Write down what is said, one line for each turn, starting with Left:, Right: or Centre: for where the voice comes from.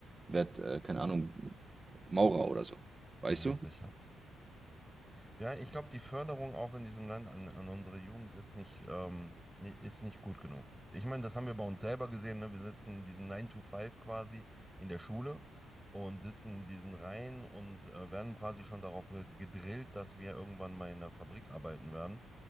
Right: werd, äh, keine Ahnung, Maurer oder so. Weißt
Centre: Ja, ja,
Right: du?
Centre: sicher. Ja, ich glaube, die Förderung auch in diesem Land an, an unsere Jugend ist nicht, ähm, ni- ist nicht gut genug. Ich meine, das haben wir bei uns selber gesehen, ne? Wir sitzen in diesem 9 to Five quasi in der Schule und sitzen in diesen Reihen und äh, werden quasi schon darauf ge- gedrillt, dass wir irgendwann mal in der Fabrik arbeiten werden.